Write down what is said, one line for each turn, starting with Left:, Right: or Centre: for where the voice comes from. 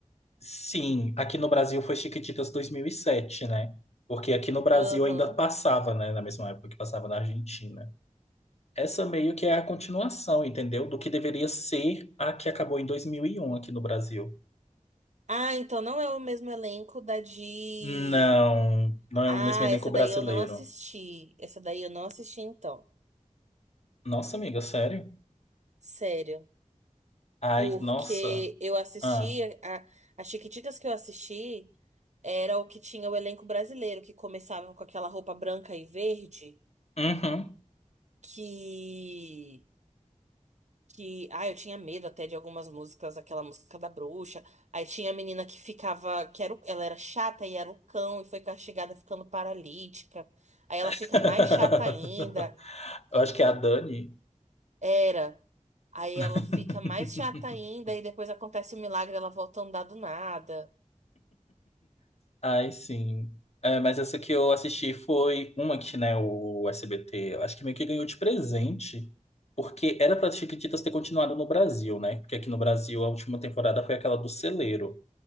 Left: Sim, aqui no Brasil foi Chiquititas dois mil e sete, né? Porque aqui no Brasil
Right: Aham.
Left: ainda passava, né, na mesma época que passava na Argentina. Essa meio que é a continuação, entendeu? Do que deveria ser a que acabou em 2001 aqui no Brasil.
Right: Ah, então não é o mesmo elenco da de.
Left: Não, não é
Right: Ah,
Left: o mesmo elenco
Right: essa
Left: brasileiro.
Right: daí eu não assisti. Essa daí eu não assisti, então.
Left: Nossa, amiga, sério?
Right: Sério.
Left: Ai,
Right: Porque
Left: nossa.
Right: eu assisti.
Left: Ah.
Right: A, a Chiquititas que eu assisti era o que tinha o elenco brasileiro, que começava com aquela roupa branca e verde,
Left: Uhum.
Right: que que, ah, eu tinha medo até de algumas músicas, aquela música da bruxa. Aí tinha a menina que ficava, que era, o- ela era chata e era o cão e foi castigada ficando paralítica. Aí ela
Left: <laughs>
Right: fica mais chata ainda,
Left: Eu acho que é a Dani.
Right: era. Aí
Left: <laughs>
Right: ela fica mais chata ainda e depois acontece o milagre, ela volta a andar do nada.
Left: Ai, sim. É, mas essa que eu assisti foi uma que, né, o SBT, eu acho que meio que ganhou de presente, porque era para Chiquititas ter continuado no Brasil, né? Porque aqui no Brasil a última temporada foi aquela do Celeiro.